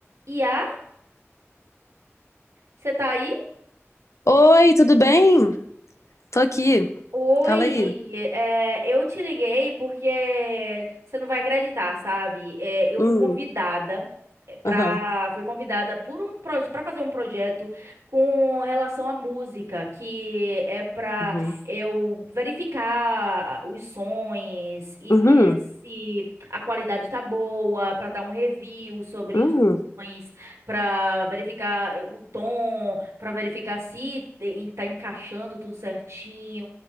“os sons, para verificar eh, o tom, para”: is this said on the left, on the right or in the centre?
Right